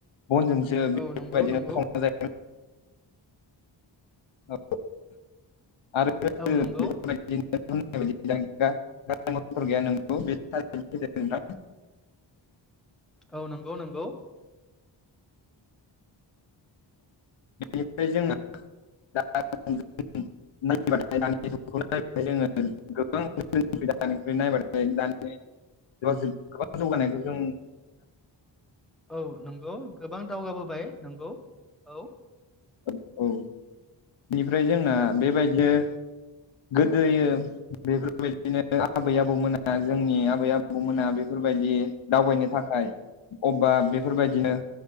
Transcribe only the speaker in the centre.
औ
नंगौ नंगौ
औ नंगौ
औ नोंगौ नोंगौ।
औ नोंगौ गोबां दावगाबोबाय नोंगौ औ।